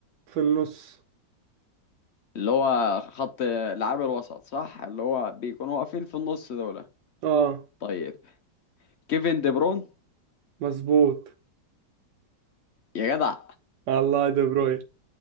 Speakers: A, on the right (about 75°); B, on the left (about 60°).
A: في النص
B: اللي هو خط لعاب الوسط صح اللي هو بيكونوا واقفين في النص دول
A: اه
B: طيب كيفن دي برون
A: مظبوط
B: يا جدع
A: الله دي بروين